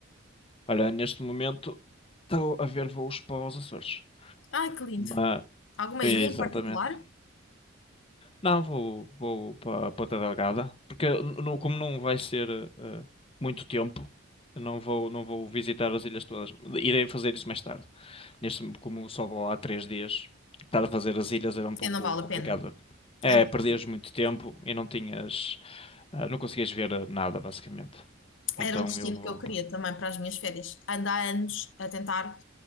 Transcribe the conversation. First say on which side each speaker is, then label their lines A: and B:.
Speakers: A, on the left; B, on the left.
A: Olha, neste momento estou a ver voos para os Açores.
B: Ai, que lindo.
A: Mas,
B: Alguma
A: exatamente.
B: ilha em particular?
A: Não, vou, vou para Ponta Delgada, porque n- não- como não vai ser eh, muito tempo, eu não vou, não vou visitar as ilhas todas. Irei fazer isso mais tarde. Neste, como só vou há três dias, estar a fazer as ilhas era um
B: Sim,
A: pouco
B: não vale
A: complicado.
B: a pena.
A: É,
B: É muito
A: perdias
B: lindo.
A: muito tempo e não tinhas, eh, não conseguias ver eh, nada, basicamente. Então
B: Era um destino
A: eu vou.
B: que eu queria
A: pass-
B: também para as minhas férias. Ando há anos a tentar